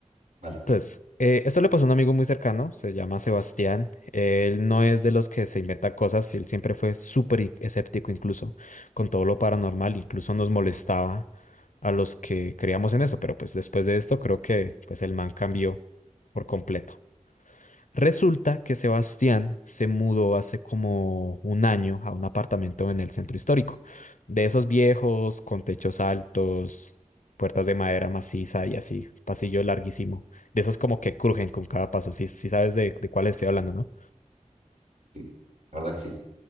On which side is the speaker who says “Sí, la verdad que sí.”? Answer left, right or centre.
Right